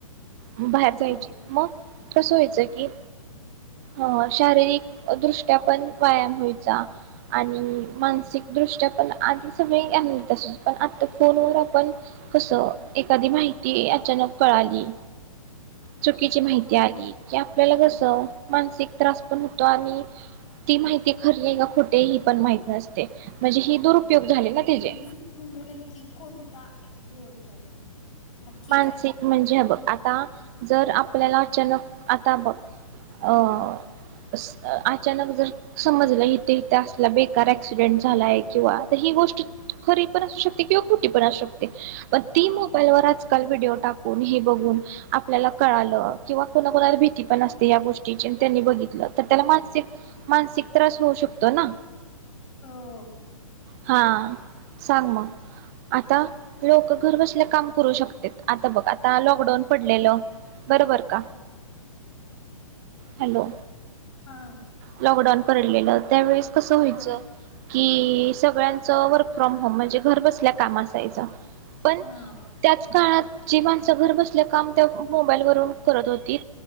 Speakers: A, on the right; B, on the left.
A: बाहेर.
B: हो
A: व्हायचं मग कसं व्हायचं की अ शारीरिक दृष्ट्या पण व्यायाम व्हायचा आणि मानसिक दृष्ट्या पण आधी सगळेाय पण आता फोन व आपण कसं एखादी माहिती अचानक कळाली. चुकीची माहिती
B: हो
A: आली की आपल्याला कस मानसिक त्रास पण होतो आणि ती माहिती खरी आहे का खोटे ही पण माहित नसते म्हणजे ही दुरुपयोग झाले ना. त्याचे
B: मानसिक म्हणजे नक्की कोणता आहे. हे होतो. नक्की
A: मानसिक
B: काय
A: म्हणजे बघ आता जर आप आपल्याला अचानक आता बघ अ स अचानक जर समजलं इथे इथे असला बेकार ऍक्सिडेंट झालाय किंवा तर ही गोष्ट खरी पण असू शकते किंवा खोटी पण असू शकते पण
B: हा
A: ती मोबाईलवर आज काल व्हिडिओ टाकून हे बघून आपल्याला कळालं किंवा कोणा कोणाला भीती पण असते या गोष्टीची त्यांनी बघितलं तर त्याला मानसिक मानसिक त्रास होऊ शकतो ना
B: हो
A: हा सांग मग आता लोक घर बसल्या काम करू शकता आता बघ आता लॉकडाऊन पडलेलं बरोबर का हॅलो
B: हा
A: लॉकडाऊन पडलेलं त्यावेळेस कसं व्हायचं
B: हा
A: कि सगळ्यांच वर्क फ्रॉम होम म्हणजे घर बसल्या काम असायचं पण
B: हा
A: त्याच काळात जी माणसं घर बसल्या काम त्या मोबाईल वरून करत होती